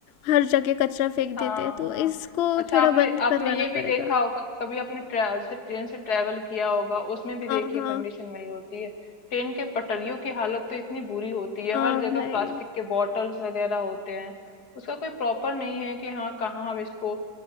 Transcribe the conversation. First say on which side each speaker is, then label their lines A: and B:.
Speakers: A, on the left (about 80°); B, on the left (about 60°).
A: हर जगह कचरा फेंक
B: हाँ
A: देते हैं, तो
B: हाँ
A: इसको
B: अच्छा
A: थोड़ा
B: आपने
A: बंद
B: आपने
A: करवाना
B: ये भी
A: पड़ेगा।
B: देखा होगा कभी आपने ट्रैवल से ट्रेन से ट्रैवल किया होगा उसमें भी देखिए
A: हाँ, हाँ।
B: कंडीशन वही होती है ट्रेन के पटरियों की हालत तो इतनी बुरी होती है
A: हाँ
B: हर जगह
A: भाई,
B: प्लास्टिक के बॉटल्स वगैरह होते हैं उसका कोई प्रॉपर नहीं है कि हाँ कहाँ हम इसको